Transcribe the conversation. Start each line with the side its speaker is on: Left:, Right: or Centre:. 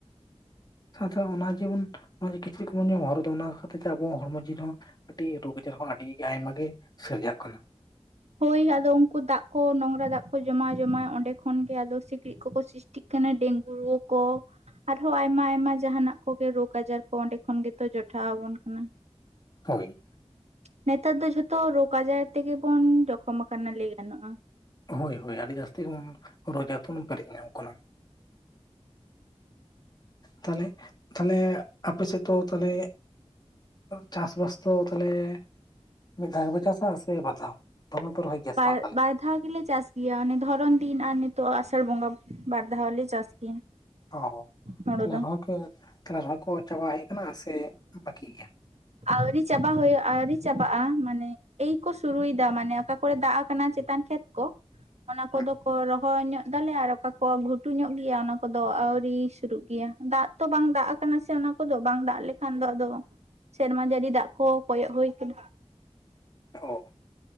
Left: ᱥᱟᱶᱛᱮ ᱚᱱᱟ ᱡᱮᱵᱚᱱᱮ ᱠᱤᱪᱨᱤᱡᱽ ᱠᱚᱵᱚᱱ ᱦᱚᱨᱚᱜᱫᱟ ᱚᱱᱟ ᱦᱚᱛᱮᱛᱮ ᱟᱵᱚ ᱦᱚᱲᱢᱚ ᱡᱤᱣᱤ ᱨᱮᱦᱚᱸ ᱟᱹᱰᱤ ᱨᱳᱜᱽ ᱟᱡᱟᱨ ᱦᱚᱸ ᱟᱹᱰᱤ ᱟᱭᱢᱟ ᱜᱮ ᱥᱤᱨᱡᱟᱜ ᱠᱟᱱᱟ᱾
Right: ᱦᱳᱭ ᱟᱫᱚ ᱩᱱᱠᱩ ᱫᱟᱜ ᱠᱚ ᱱᱚᱝᱨᱟ ᱫᱟᱜ ᱠᱚ ᱡᱚᱢᱟ ᱡᱚᱢᱟ ᱚᱸᱰᱮ ᱠᱷᱚᱱ ᱜᱮ ᱟᱫᱚ ᱥᱤᱠᱲᱤᱡ ᱠᱚᱠᱚ ᱥᱤ ᱤᱥᱴᱤᱜ ᱠᱟᱱᱟ ᱰᱮᱝᱜᱩ ᱠᱚ, ᱟᱨᱦᱚᱸ ᱟᱭᱢᱟ ᱟᱭᱢᱟ ᱡᱟᱦᱱᱟᱜ ᱠᱚᱜᱮ ᱨᱳᱜᱽ ᱟᱡᱟᱨ ᱠᱚ ᱚᱸᱰᱮ ᱠᱷᱚᱱ ᱜᱮᱛᱚ ᱡᱚᱴᱷᱟ ᱟᱵᱚᱱ ᱠᱟᱱᱟ᱾
Left: ᱦᱳᱭ
Right: ᱱᱮᱛᱟᱨ ᱫᱚ ᱡᱷᱚᱛᱚ ᱨᱳᱜᱽ ᱟᱡᱟᱨ ᱛᱮᱜᱮ ᱵᱚᱱ ᱡᱚᱠᱷᱚᱢ ᱟᱠᱟᱱᱟ ᱞᱟᱹᱭ ᱜᱟᱱᱚᱜ-ᱟ᱾
Left: ᱦᱳᱭ ᱦᱳᱭ ᱟᱹᱰᱤ ᱡᱟᱹᱥᱛᱤ ᱜᱮᱢᱚᱱ ᱨᱳᱜᱽ ᱟᱡᱟᱨ ᱛᱮᱵᱚᱱ ᱯᱮᱨᱮᱡ ᱧᱟᱢ ᱠᱟᱱᱟ᱾ ᱛᱟᱞᱦᱮ ᱛᱟᱞᱦᱮ ᱟᱯᱮ ᱥᱮᱫ ᱫᱚ ᱛᱟᱞᱦᱮ ᱪᱟᱥ ᱵᱟᱥ ᱫᱚ ᱛᱟᱦᱞᱮ ᱢᱤᱫ ᱫᱷᱟᱣ ᱜᱮᱯᱮ ᱪᱟᱥᱟ ᱥᱮ ᱵᱟᱨᱫᱷᱟᱣ? ᱯᱚᱨ ᱯᱚᱨ ᱯᱮ ᱨᱚᱦᱚᱭ ᱜᱮᱭᱟ
Right: ᱵᱟᱨ
Left: ᱥᱮ ᱵᱟᱝ ᱛᱟᱦᱚᱞᱮ?
Right: ᱵᱟ ᱛᱷᱟᱣ ᱜᱮᱞᱮ ᱪᱟᱥ ᱜᱮᱭᱟ ᱚᱱᱮ ᱫᱷᱚᱨᱚᱱ ᱫᱤᱱ ᱟᱨ ᱱᱤᱛᱳᱜ ᱟᱥᱟᱲ ᱵᱚᱸᱜᱟ ᱵᱟᱨ ᱫᱷᱟᱣ ᱞᱮ ᱪᱟᱥ ᱜᱮᱭᱟ᱾
Left: ᱚ
Right: ᱦᱳᱲᱳ
Left: ᱛᱟᱦᱞᱮ
Right: ᱫᱚ
Left: ᱠᱮ ᱛᱟᱦᱞᱮ ᱨᱚᱦᱚᱭ ᱠᱚ ᱪᱟᱵᱟ ᱦᱮᱡ ᱠᱟᱱᱟ ᱥᱮ ᱵᱟᱠᱤ ᱜᱮᱭᱟ?
Right: ᱟᱣᱨᱤ ᱪᱟᱵᱟ ᱦᱳᱭᱳᱜ-ᱟ ᱟᱣᱨᱤ ᱪᱟᱵᱟᱜ-ᱟ ᱢᱟᱱᱮ ᱮᱭ ᱠᱚ ᱥᱩᱨᱩᱭᱮᱫᱟ, ᱢᱟᱱᱮ ᱚᱠᱟ ᱠᱚᱨᱮ ᱫᱟᱜ ᱟᱠᱟᱱᱟ ᱪᱮᱛᱟᱱ ᱠᱷᱮᱛ ᱠᱚ ᱾ ᱚᱱᱟ ᱠᱚᱫᱚ
Left: ᱦᱮᱸ
Right: ᱠᱚ ᱨᱚᱦᱚᱭ ᱧᱚᱜ ᱫᱟᱞᱮ ᱟᱨ ᱚᱠᱟ ᱠᱚ ᱜᱷᱩᱴᱩ ᱧᱚᱜ ᱜᱮᱭᱟ ᱚᱱᱟ ᱠᱚᱫᱚ ᱟᱹᱣᱨᱤᱼᱼ ᱥᱩᱨᱩᱜ ᱜᱮᱭᱟ, ᱫᱟᱜ ᱛᱚ ᱵᱟᱝ ᱫᱟᱜ ᱟᱠᱟᱱᱟ ᱥᱮ ᱚᱱᱟ ᱠᱚᱫᱚ ᱵᱟᱝ ᱫᱟᱜ ᱞᱮᱱᱠᱷᱟᱱ ᱫᱚ ᱟᱫᱚᱼᱼ ᱥᱮᱨᱢᱟ ᱡᱟᱹᱲᱤ ᱫᱟᱜ ᱠᱚ ᱠᱚᱭᱚᱜ ᱦᱩᱭ ᱟᱠᱟᱱᱟ ᱾
Left: ᱚ ᱾